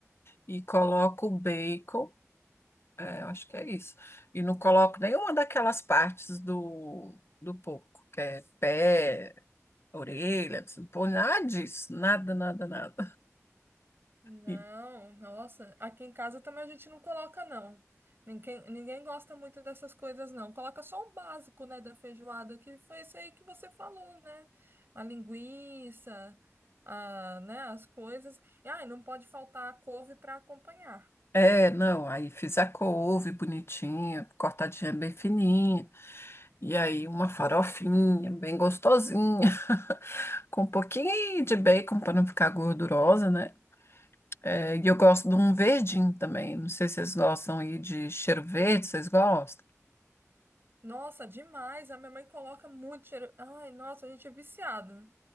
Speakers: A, on the left; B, on the right.
A: E coloco o bacon, é, eu acho que é isso. E não coloco nenhuma daquelas partes do, do porco, que é pé, orelha, não põe nada disso, nada, nada, nada.
B: Não,
A: E-
B: nossa, aqui em casa também a gente não coloca não. Ninguém, ninguém gosta muito dessas coisas não. Coloca só o básico, né, da feijoada, que foi isso aí que você falou, né? A linguiça, a, né, as coisas. E, ah, e não pode faltar a couve para acompanhar.
A: É, não, aí fiz a couve bonitinha, cortadinha bem fininha. E aí uma farofinha bem gostosinha, <laughs> com um pouquinho de bacon para não ficar gordurosa, né? É, e eu gosto de um verdinho também. Não sei se vocês gostam aí de cheiro verde, vocês gostam?
B: Nossa, demais. A minha mãe coloca muito cheiro. Ai, nossa, a gente é viciado.